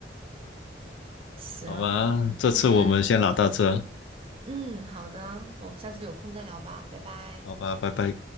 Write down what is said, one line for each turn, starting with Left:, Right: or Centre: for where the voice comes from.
Right: 行，
Left: 好吧，
Right: 那我们今天，
Left: 这次我们先聊到这，
Right: 嗯，好的，我们下次有空再聊吧，拜拜。
Left: 好吧，拜拜。